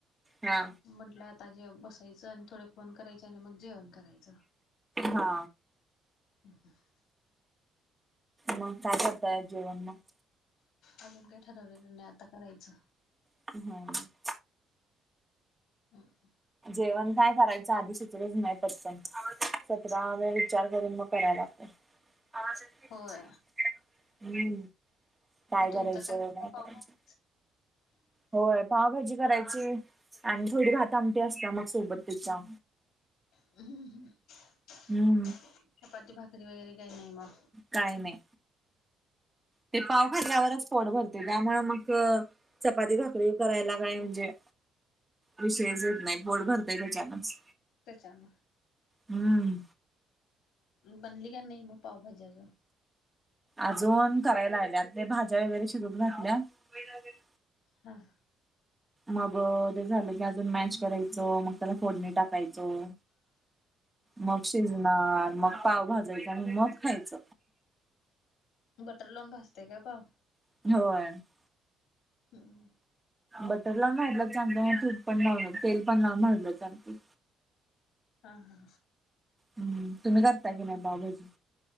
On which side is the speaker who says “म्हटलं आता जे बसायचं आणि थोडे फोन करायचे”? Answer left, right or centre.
Left